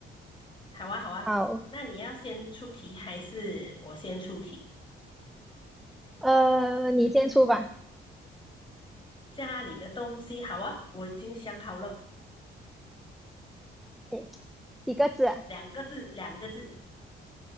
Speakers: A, on the left; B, in the centre.
A: 好啊，好啊。
B: 好，
A: 那你要先出题还是我先出题？
B: 呃，你先出吧。
A: 家里的东西好啊，我已经想好了，
B: o 几个字啊？
A: 两个字，两个字，